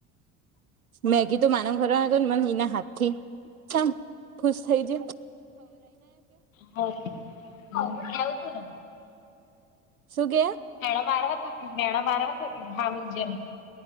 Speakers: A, on the right; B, on the left.
A: મેગી તો માન ઘરમાં હતો ને, મને એના હાથ થી સામ ખુશ થઈ જ.
B: હમ, ખાવ છું ન.
A: શું કે હે?
B: ભેણા મારવતાત ભેણા મારવત હોતી, હાહુ જી ન.